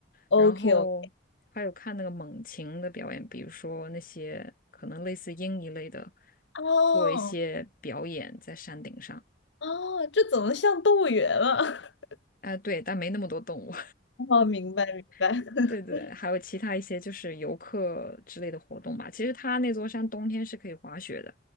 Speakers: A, on the left; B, on the left.
A: OK
B: 然后还有看那个猛禽的表演，
A: OK，
B: 比如说那些可能类似鹰一类的，
A: 哦
B: 做一些表演在山顶上。
A: 哦，这怎么像动物园了？<laughs>
B: 哎，对，但没那么多动物。
A: 哦，明白明白。
B: <laughs>
A: <laughs>
B: 对对，还有其他一些就是游客之类的活动吧。其实它那座山冬天是可以滑雪的，